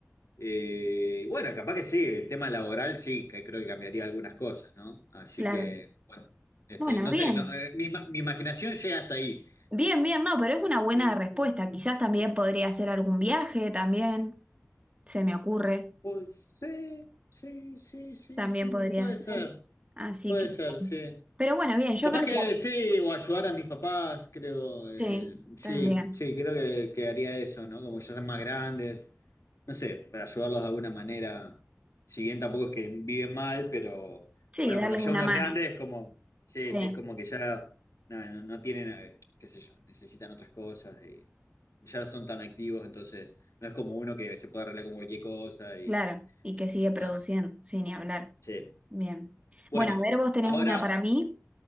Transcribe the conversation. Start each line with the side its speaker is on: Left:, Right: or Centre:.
Left: Eh, bueno, capaz que sí, el tema laboral sí, que creo que cambiaría algunas cosas, ¿no? Así
Right: claro.
Left: que, bueno, este,
Right: Bueno,
Left: no
Right: bien.
Left: sé, no, eh, mi, ima- mi imaginación llega hasta ahí.
Right: Bien, bien, no, pero es una buena
Left: <laughs>
Right: respuesta. Quizás también
Left: Eh,
Right: podría hacer algún viaje, también se me ocurre.
Left: Pues sí, sí, sí, sí,
Right: También
Left: sí,
Right: podría
Left: puede
Right: ser.
Left: ser,
Right: Así
Left: puede
Right: que,
Left: ser, sí.
Right: pero bueno, bien, yo
Left: Capaz
Right: creo
Left: que
Right: que
Left: sí, o ayudar a mis papás, creo. eh,
Right: sí,
Left: sí,
Right: también.
Left: sí, creo que, que haría eso, ¿no? Como ya son más grandes, no sé, para ayudarlos de alguna manera. Si bien tampoco es que viven mal, pero
Right: Sí,
Left: bueno,
Right: darles
Left: cuando ya
Right: una
Left: uno
Right: mano.
Left: es grande es como, sí,
Right: Sí,
Left: sí, es como que ya nada, no, no tienen, eh, qué sé yo, necesitan otras cosas, y ya no son tan activos, entonces no es como uno que se puede arreglar con cualquier cosa y
Right: claro. Y que sigue produciendo,
Left: demás.
Right: sin ni hablar.
Left: Sí.
Right: Bien.
Left: Bueno,
Right: Bueno, a ver, vos tenés
Left: ahora.
Right: una para mí.